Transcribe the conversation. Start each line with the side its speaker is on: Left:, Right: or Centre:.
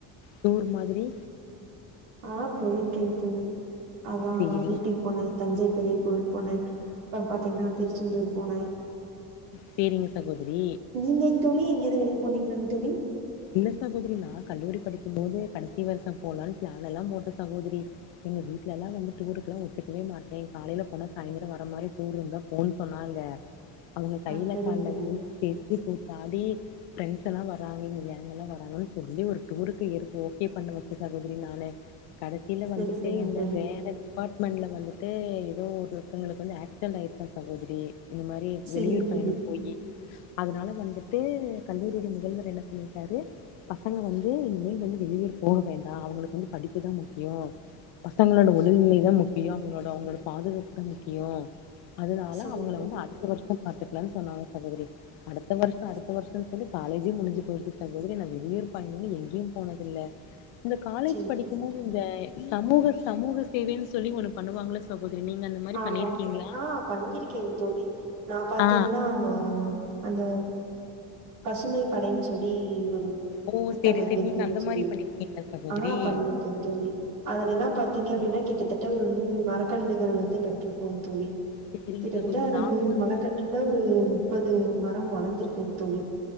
Left: டூர் மாதிரி
Right: ஆ பொயிருக்கே தோழி அதா
Left: சேரி
Right: ஊட்டி போனே தஞ்சை பெரிய கோவில் போனே அப்றோ பாத்திங்ன்னா திருச்செந்தூர் போனே
Left: சேரிங்க சகோதரி
Right: நீங்கங் தோழி எங்கயாவது வெளிய போனீங்ளாங் தோழி
Left: இல்ல சகோதரி நா கல்லூரி படிக்கும் போது கடைசி வருஷோ போலானு பிளான் எல்லா போட்டே சகோதரி எங்க வீட்டுல எல்லா வந்து டூருக்கெல்லா ஒத்துக்கவே மாட்டே காலையில போனா சாய்ந்தரோ வர மாரி டூர் இருந்தா போன்னு சொன்னாங்க
Right: <inaudible>
Left: அவுங்க கையில
Right: சரிங்க
Left: கால்ல
Right: தோழி
Left: விழுந்து கெஞ்சி கூத்தாடி ஃப்ரெண்ட்ஸ் எல்லா வர்றாங்க இங்க ல்லா வராங்கன்னு சொல்லி ஒரு டூருக்கு இருபோ ஓகே பண்ண வச்சு சகோதரி நானு கடைசில
Right: சரி
Left: வந்துட்டு
Right: சரிங்க
Left: இந்த
Right: தோழி
Left: வேற அபார்ட்மெண்ட்ல வந்துட்டு ஏதோ ஒருத்தங்ளுக்கு வந்து ஆக்சிடென்ட் ஆயிருச்சா சகோதரி இந்த மாரி
Right: சரிங்க
Left: வெளியூர்
Right: தோழி
Left: பயணோ போயி அதனால வந்துட்டு கல்லூரியுடைய முதல்வர் என்ன பண்ணி தாரு பசங்க வந்து இனிமேல் வந்து வெளியூர் போக வேண்டா அவுங்களுக்கு வந்து படிப்புதா முக்யோ பசங்களோட உடல்நிலை தா முக்கியோ அவுங்களோட அவுங்களோட பாதுகாப்பு தா முக்கியோ அதனால
Right: சரிங்க
Left: அவங்கள
Right: தோழி
Left: வந்து அடுத்த வருஷோ பாத்துக்லானு சொன்னாங்க சகோதரி அடுத்த வருஷோ அடுத்த
Right: சரி
Left: வருஷோனு
Right: சரி
Left: சொல்லி காலேஜே முடிஞ்சு பொயிருச்சு சகோதரி நா வெளியூர் பயனனு எங்கேயு போனதுல்ல இந்த காலேஜ்
Right: சரி
Left: படிக்கும்போது
Right: சரிங்க தோழி
Left: இந்த சமூக சமூக சேவைன்னு சொல்லி ஒண்ணு பண்ணுவாங்கள சகோதரி நீங்க அந்த மாரி
Right: ஆமா
Left: பண்ணிருக்கீங்களா
Right: அ பண்ணிருக்கே தோழி நா பாத்திங்ன்னா
Left: ஆ
Right: அந்த பசுமை படைன்னு சொல்லி ஒரு
Left: ஓ
Right: கூட்டமைப்பு
Left: செரி செரி
Right: இருக்கேன்னு
Left: நீங்க அந்த
Right: சொல்லி
Left: மாரி பண்ணிருக்கீங்களா சகோதரி
Right: அ பண்ணிருக்கே தோழி அதுலலெல்லா பாத்தீங்க அப்டின்னா கிட்டத்தட்ட ஒரு நூறு மரக்கண்டுகள் வந்து நட்டுருப்போ தோழி
Left: செரிங்க
Right: கிட்டத்தட்ட
Left: சகோதரி
Right: ஒரு
Left: நாங்க
Right: நூறு
Left: வந்து
Right: மர கன்றுள்ள ஒரு முப்பது மரோ வளர்ந்ருக்கு தோழி